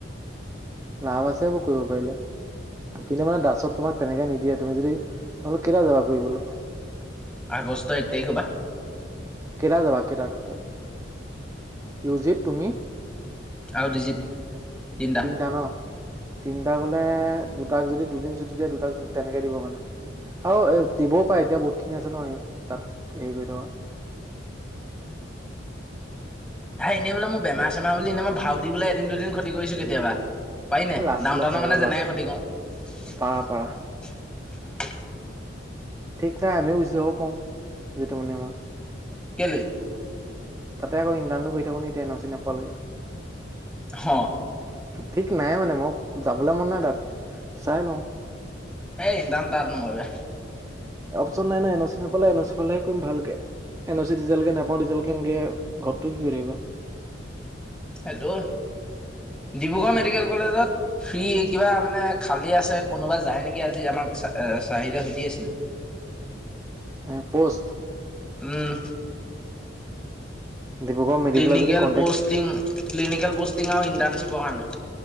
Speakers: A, on the right; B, in the centre.
A: লাভ আছে বোৰ কৰিব পাৰিলে। কিন্তু মানে দাছত তোমাক তেনেকে নিদিয়ে। মি তমোক কেৰা যাবা ক বোলেো?
B: আগষ্ট এক তাৰিখ হ'বা।
A: কেইটা যাবা কেইটা, টটেল ইউজিত তুমি?
B: আৰু ডৰিজিত দতিণ্ডা।
A: তিনিটা ন? তিনিটা কলে দুটাক যদি দুদিন ছুটি দিয়ে, দুটাকদ তেনেকে দিব মানে আৰু। এ দিবও পাৰে, এতিয়া বহুত খিনি আছে ন, তাত হেৰি কৰি থকা।
B: হ এনেই বোলে, মোৰ বেম-চেমাৰ বুলি এনেই মই ভও দি বোলে দিন দুদিন ক্ষতি কৰিছো কেতিয়াবা। পাৰি ননে
A: এই লাষ্টলৈ
B: ডাউন উনৰ
A: পাৰিবা
B: মানে যেনেকৈ
A: লাষ্ট
B: ক্ষতি কৰো। <unintelligible>
A: পাৰা পাৰা ঠিক নহাই আমিও বুচিাব পাওঁ। যিটো মানে আমাৰ-
B: গলৈ?
A: তাতে আকৌ ইণ্ধণটো কৰি থাক নি? এতিয়া এন চি নাপালৈকে।
B: হ'
A: ঠিক নাই মানে মই যাবলৈ মন নাই তাত। চাই লওঁ!
B: এইদাম তাত নহয়গা।
A: অপশচন নাই নাই এন চি নে এন চি পালেে কৰিম ভালকে, এনিজ নাওঁজ- কি কৰিবি বা?
B: সেইটো ডিব্ৰুগড় মেডিকেল কলেজত ফ্ৰী কিবা মানে, খালী আছে কোনোবা যায় নেকি আজি আমাক চাহিদে সুধি আছিলোঁ।
A: এ পোস্ত?
B: উম'
A: ডিব্ৰুগড় মেডিকেলত
B: ক্লিনিকেল
A: যদি কণ্টেক্ট
B: পষ্টিং, ক্লিনিকেল পষ্টি টঙও ইণ্টাৰ্ণশ্বিপৰ কাৰণে।